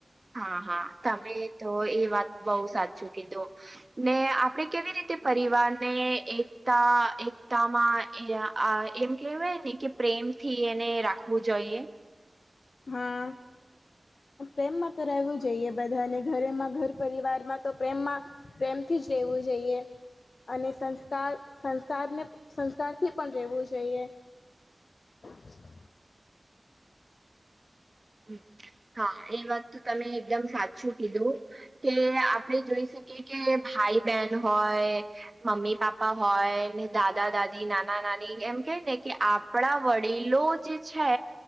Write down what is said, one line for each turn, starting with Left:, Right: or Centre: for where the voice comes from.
Right: હા હા તમે તો એ વાત બહુ સાચું કીધું ને આપડે કેવી રીતે પરિવાર ને એક એકતા એકતામાં આ એમ કેહેવાય ને કે પ્રેમ થી એને રાખવું જોઈએ.
Left: હા. પ્રેમમાં તો રહેવું જોઈએ બધાને ઘરેમાં ઘર પરિવારમાં તો પ્રેમમાં પ્રેમથી જ રહેેવું જોઈએ. અને સંસ્કાર સંસ્કારને સંસ્કારથી પણ રહેવું જોઈએ. હ. <unintelligible>
Right: હ હા એ વાત તો તમે એકદમ સાચું કીધું કે આપડે જોઈ શકીએ કે ભાઈ બહેન હોય મમ્મી પાપા હોય ને દાદા દાદી નાના નાની એમ કે ને કે આપણા વડીલો જે છે